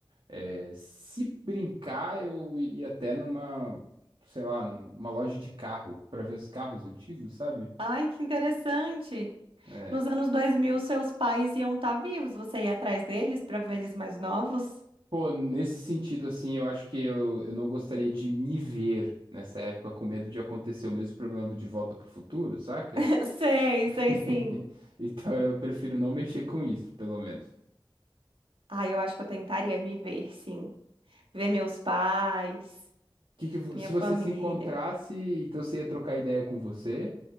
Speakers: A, on the right; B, on the right.
A: É, se brincar, eu iria até numa, sei lá, numa loja de carro pra ver os carros antigos, sabe?
B: Ai, que interessante.
A: É,
B: Nos anos 2000, seus pais iam estar vivos. Você ia atrás deles para ver eles mais novos?
A: Pô, nesse sentido, assim, eu acho que eu, eu não gostaria de me ver nessa época com medo de acontecer o mesmo problema do De Volta pro Futuro, saca?
B: <laughs> Sei,
A: <laughs>
B: sei sim.
A: Então eu prefiro não mexer com isso, pelo menos.
B: Ah, eu acho que eu tentaria me ver, sim. Ver meus pais,
A: Que que vo-
B: minha
A: se
B: família.
A: você se encontrasse, então você ia trocar ideia com você?